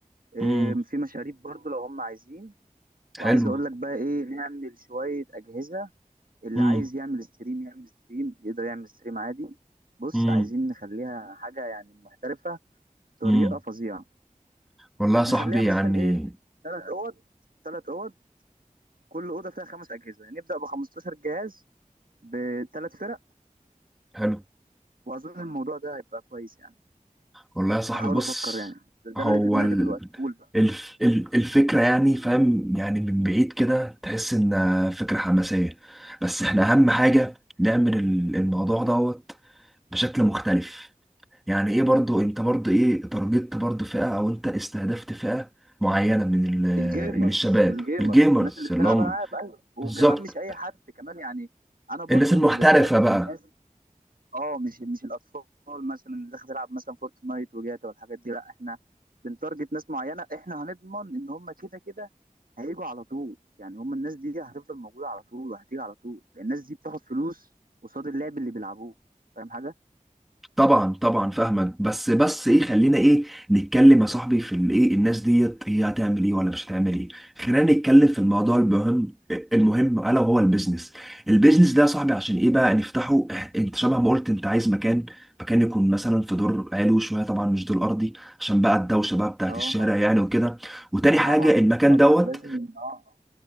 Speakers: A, on the right (about 80°); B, in the centre.
A: إيه
B: امم
A: في مشاريب برضو لو هم عايزين وعايز
B: حلو
A: اقول لك بقى ايه نعمل شويه اجهزه اللي
B: امم
A: عايز يعمل ستريم يعمل ستريم يقدر يعمل ستريم عادي بص
B: امم
A: عايزين نخليها حاجه يعني محترفه بطريقه
B: امم
A: فظيعه
B: والله يا صاحبي
A: نخليها مثلا
B: يعني
A: ايه ثلاث اوض ثلاث اوض كل اوضه فيها خمس اجهزه يعني نبدا ب 15 جهاز بثلاث فرق
B: حلو
A: واظن الموضوع ده هيبقى كويس يعني
B: والله يا صاحبي
A: بحاول
B: بص
A: افكر يعني ده
B: هو
A: ده اللي في دماغي
B: ال...
A: دلوقتي قول بقى
B: الف... ال- الفكرة يعني فاهم يعني من بعيد كده تحس إنها فكرة حماسية بس احنا أهم حاجة نعمل ال- الموضوع دوت بشكل مختلف يعني ايه برضو انت برضو ايه تارجت برضو فئة او انت استهدفت فئة معينة من ال-
A: الجيمرز
B: من الشباب
A: الجيمرز
B: الجيمرز
A: الناس اللي بتلعب
B: اللي هم
A: العاب ايوه وكمان
B: بالظبط
A: مش اي حد كمان يعني انا برضو
B: الناس المحترفة
A: مش بستهدف
B: بقى
A: الناس اه مش مش الاطفال مثلا اللي داخل تلعب مثلا فورتنايت وجاتا والحاجات دي لا احنا بنتارجت ناس معينه احنا هنضمن ان هم كده كده هيجوا على طول يعني هم الناس دي هتفضل موجوده على طول وهتيجي على طول لأن الناس دي بتاخد فلوس قصاد اللعب اللي بيلعبوه فاهم حاجه
B: طبعا طبعا فاهمك بس بس ايه خلينا ايه نتكلم يا صاحبي في الايه الناس ديت هي هتعمل ايه ولا مش هتعمل ايه خلينا نتكلم في الموضوع المهم المهم الا وهو البيزنس البيزنس ده يا صاحبي عشان ايه بقى نفتحه إح- انت شبه ما قلت انت عايز مكان مكان يكون مثلا في دور علوي شويه طبعا مش دور ارضي عشان بقى الدوشه بقى بتاعت
A: اه
B: الشارع يعني وكده وتاني حاجه
A: طبعا
B: المكان
A: طبعا
B: دوت
A: لازم اه